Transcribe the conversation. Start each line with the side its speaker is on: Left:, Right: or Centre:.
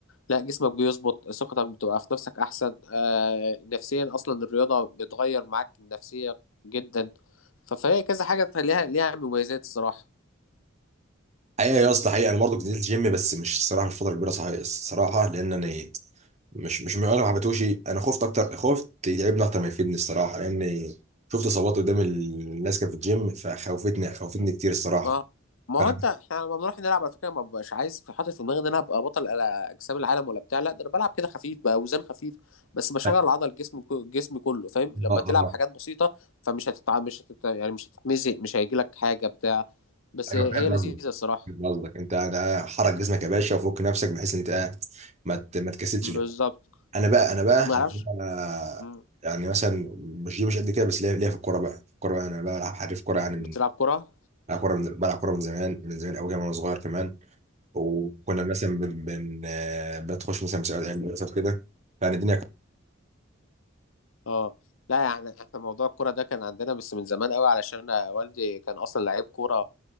Left: لا جسمك بيظبط ثقتك بتبقى في نفسك احسن آه نفسيا اصلا الرياضة بتغير معاك النفسية جدا ف- فهي كذا حاجة ليها ليها مميزات الصراحة
Right: حقيقه يا اسطى حقيقه انا برضه كنت نزلت جيم بس مش صراحه مش فتره كبيره صحيح الصراحه لان انا إيه، مش مش من انا ما حبيتهوش انا خفت اكتر خفت يتعبني اكتر ما يفيدني الصراحه لان شفت اصابات قدام الناس كانت في الجيم فخوفتني خوفتني كتير الصراحه
Left: ما ما
Right: ف...
Left: هو انت احنا لما بنروح نلعب على فكره ما ببقاش عايز في حاطط في دماغي ان انا هبقى بطل على اجسام العالم ولا بتاع لا ده انا بلعب كده خفيف باوزان خفيف بس بشغل
Right: اه
Left: عضل جسمي جسمي كله فاهم لما
Right: آه.
Left: تلعب حاجات بسيطه فمش هتتع مش هتت... يعني مش هتتمزق مش هيجي لك حاجه بتاع بس
Right: ايوه
Left: هي
Right: فاهم
Left: لذيذه
Right: قصدك
Left: الصراحه
Right: فاهم قصدك انت ده حرك جسمك يا باشا وفك نفسك بحيث ان انت آه، ما ت- ما تكسلش
Left: بالظبط
Right: بقى. انا بقى انا بقى
Left: ما اعرفش
Right: انا بقى
Left: مم.
Right: يعني مثلا مش دي مش قد كده بس ليا ليا في الكوره بقى في الكوره بقى انا بلعب حريف كوره يعني من
Left: بتلعب كره
Right: بلعب كوره من بلعب كوره من زمان من زمان قوي كمان وانا صغير كمان وكنا مثلا بن بن- آه، بتخش مثلا مسابقات ايام المدرسه وكده يعني الدنيا كانت-
Left: اه لا يعني احنا موضوع الكره ده كان عندنا بس من زمان قوي علشان والدي كان اصلا لعيب كوره